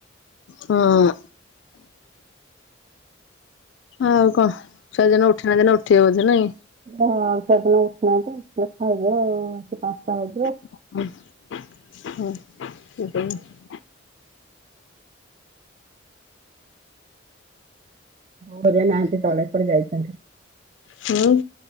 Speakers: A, on the left; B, on the right.
A: ହଁ। ଆଉ କଁ ଛୁଆ ଦିଜଣ ଉଠି ନାହାନ୍ତି ଏଇନା ଉଠିବେ ବୋଧେ ନାଇଁ?
B: ହଁ ଆଉ ତା ପୁଅ ଉଠୁନାହାନ୍ତି ଉଠିଲେ ଖାଇବେ ଆଉ ପାଞ୍ଚ୍ ଟା ହେଇଯିବ।
A: ହଁ ହଁ ସେ ବି
B: ଘରେ ନାହାନ୍ତି ତଳେ କୁଆଡେ ଯାଇଚନ୍ତି।
A: ହୁଁ।